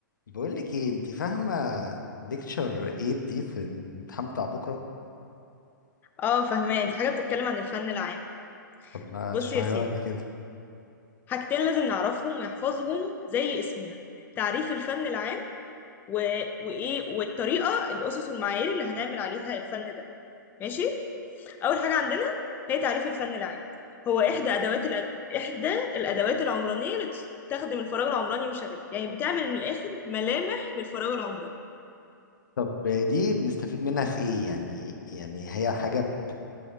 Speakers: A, on the left; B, on the left.
A: بقول لك ايه انت فاهمه ليكتشر 8 دي في الامتحان بتاع بكره
B: اه فهماه دي حاجة بتتكلم عن الفن العام
A: طب ما
B: بص
A: اشرحيها
B: يا سيدي
A: لي كده
B: حاجتين لازم نعرفهم ونحفظهم زي اسمنا تعريف الفن العام و... وإيه والطريقة الأسس والمعايير اللي هنعمل عليها الفن ده ماشي أول حاجة عندنا هي تعريف الفن العام هو إحدى أدوات الأد... إحدى الأدوات العمرانية اللي تستخدم الفراغ العمراني وشغله يعني بتعمل من الآخر ملامح للفراغ العمراني
A: طب دي بنستفيد منها في ايه يعني يعني هي حاجه بت-